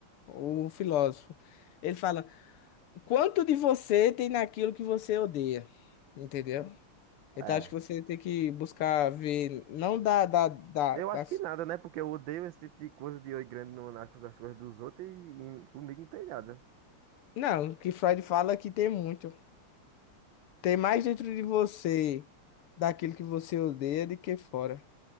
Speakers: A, on the left; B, on the right.
A: o filósofo. Ele fala: quanto de você tem naquilo que você odeia? Entendeu? Então
B: É.
A: acho que você tem que buscar ver. Não da, da, da,
B: Eu acho
A: das-
B: que nada, né? Porque eu odeio esse tipo de coisa de oi grande no, nas coisas nas coisas dos outros e, e comigo não tem nada.
A: Não, que Freud fala que tem muito. Tem mais dentro de você daquilo que você odeia do que fora.